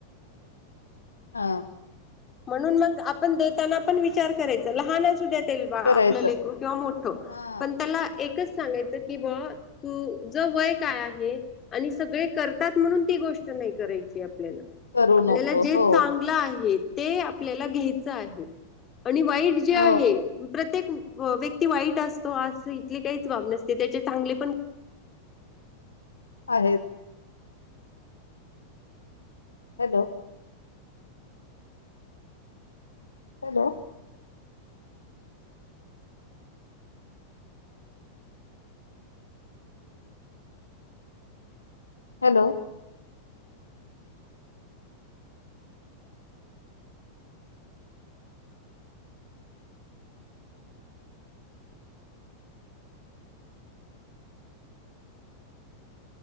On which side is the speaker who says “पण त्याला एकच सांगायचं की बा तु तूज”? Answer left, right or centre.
Left